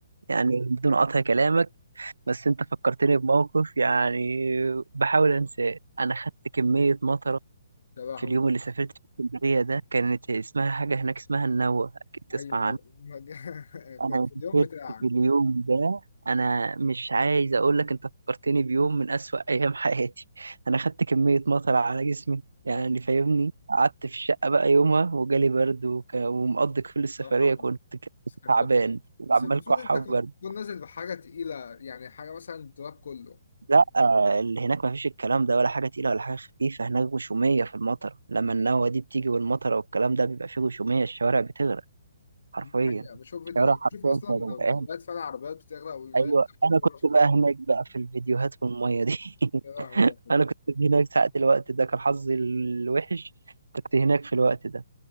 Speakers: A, on the right; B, on the left.
A: يعني بدون قطع كلامك بس أنت فكرتني بموقف يعني بحاول أنساه أنا خدت كمية مطرة
B: يا لهوي
A: في اليوم اللي سافرت في اسكندرية ده كانت اسمها حاجة هناك اسمها النوة أكيد تسمع
B: ايوه يا- <laughs>
A: انا
B: في في اليوم
A: فكرت
B: بتاعك
A: في اليوم ده انا مش عايز اقول لك انت فكرتني بيوم من اسوأ <laughs> ايام حياتي انا خدت كمية مطر على جسمي يعني
B: يا لا
A: فاهمني قعدت في الشقة بقى يومها وجالي برد وك... ومقضي كل السفرية
B: بصراحة
A: كنت ك-
B: اسكندرية
A: تعبان وعمال
B: بس المفروض
A: كحة
B: انت
A: وبرد
B: كنت تكون نازل بحاجة تقيلة يعني حاجة مثلا التراب كله
A: لا آه، اللي هناك ما فيش الكلام ده ولا حاجة تقيلة ولا حاجة خفيفة هناك غشومية في المطر لما النوة دي بتيجي والمطر والكلام ده بيبقى فيه غشومية الشوارع بتغرق حرفيا
B: دي حقيقة بشوف فيديوهات
A: الشوارع حرفيا
B: بشوف اصلا
A: كانت غرقانة
B: فيديوهات فعلا عربيات بتغرق والمية
A: ايوه
B: بتخرج
A: انا
B: بره
A: كنت بقى هناك بقى في الفيديوهات في الميه دي <laughs>
B: يا لهوي يا جدع.
A: انا كنت هناك ساعة الوقت ده كان حظي الوحش كنت هناك في الوقت ده